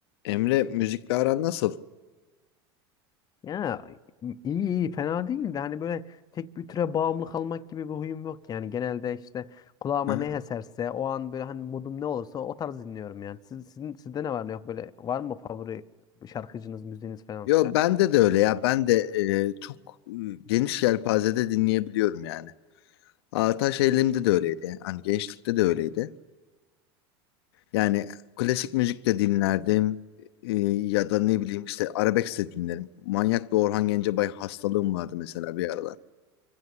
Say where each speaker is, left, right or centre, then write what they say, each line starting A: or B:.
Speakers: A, on the left; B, on the left.
A: Emre müzikle aran nasıl?
B: Ya iyi iyi fena değil de hani böyle tek bir türe bağımlı kalmak gibi bir huyum yok yani genelde işte kulağıma
A: Hı hı.
B: ne eserse o an böyle hani modum ne olursa o tarz dinliyorum yani. Siz, sizin, sizde ne var ne yok böyle var mı favori şarkıcınız müziğiniz falan?
A: Yo bende de öyle ya. Ben de e, çok e, geniş yelpazede dinleyebiliyorum yani. Ataş Eğilim'de de öyleydi. Hani gençlikte de öyleydi. Yani klasik müzik de dinlerdim. E, ya da ne bileyim işte arabesk de dinlerim. Manyak bir Orhan Gencebay hastalığım vardı mesela bir aralar.